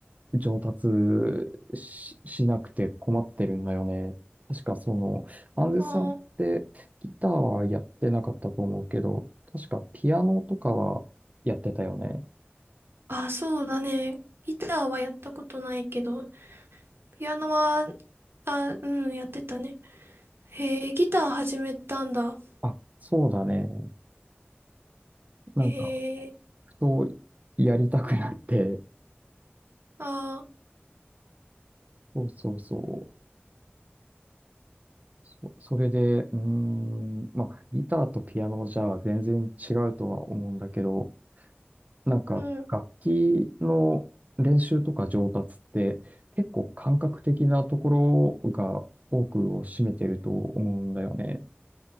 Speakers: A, on the right; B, on the right.
A: 上達し、しなくて困ってるんだよね。確かその、アンズさんってギターはやってなかったと思うけど、
B: あ
A: 確かピアノとかはやってたよね。
B: あ、あそうだね。ギターはやったことないけど、ピアノは、あ、うん、やってたね。へえ、ギター始めたんだ。
A: あ、そうだね。なんか、
B: へえ、
A: とやりたくなって、
B: あ
A: そうそうそう。そ、それで、うーん、まあ、ギターとピアノじゃ全然違うとは思うんだけど、なんか楽器の練習とか上達って結構感覚的なところが多くを占めてると思うんだよね。
B: うん、